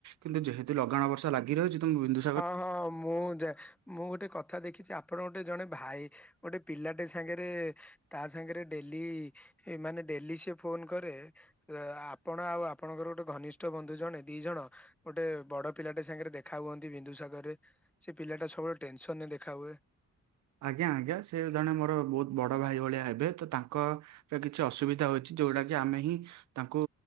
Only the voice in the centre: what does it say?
ହଁ, ହଁ ମୁଁ ଯା ମୁଁ ଗୋଟେ କଥା ଦେଖିଛି ଆପଣ ଗୋଟେ ଜଣେ ଭାଇ ଗୋଟେ ପିଲାଟେ ସାଙ୍ଗରେ ତା ସାଙ୍ଗରେ ଡେଲି ଏ ମାନେ ଡେଲି ସେ ଫୋନ୍ କରେ। ଅ, ଆପଣ ଆଉ ଆପଣଙ୍କର ଗୋଟେ ଘନିଷ୍ଠ ବନ୍ଧୁ ଜଣେ ଦି ଜଣ ଗୋଟେ ବଡ ପିଲାଟେ ସାଙ୍ଗରେ ଦେଖା ହୁଅନ୍ ତି ବିନ୍ଦୁ ସାଗର ରେ ସେ ପିଲା ଟା ସବୁବେଳେ ଟେନସନ୍ ରେ ଦେଖା ହୁଏ।